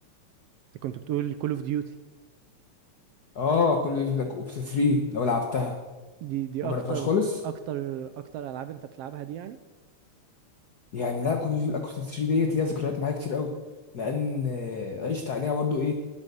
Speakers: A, on the right; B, on the left.
A: انت كنت بتقول كول اوف ديوتي
B: اه كل بيقول لك اوبس 3 لو لعبتها
A: دي دي
B: ما جربتهاش
A: اكتر
B: خالص
A: اكتر اكتر العاب انت بتلعبها دي يعني
B: يعني لا كوريجي والاكوستيك 3 ديت ليها ذكريات معايا كتير قوي لان
A: مم.
B: آه، عشت عليها برضو ايه